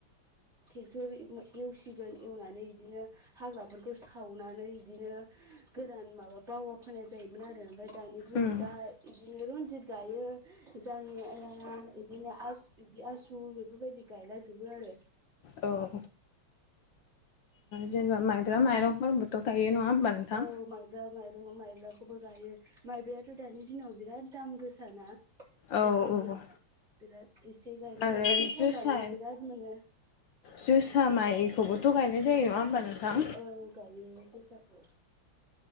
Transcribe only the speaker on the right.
ट्रेक्टर एवसिगोन एवनानै बिदिनो हाग्राफोरखौ सावनानै इदिनो गोरान माबा बावा फोनाय जायोमोन आरो ओमफ्राय दानि
दा बिदिनो रनजित दायो जायो ओ इदिनो आसु इदि आसु बेफोरबायदि गाला जोबो आरो
औ माइब्रा माइरं माइब्राखौबो गायो माइब्रा याथ' दायो दानि दिनाव बिराद दाम गोसा ना
बेसेन
गोसा बिराद एसे गायब
एसे फाननानै
बिराद मोनो।
औ गायो जोसाखौ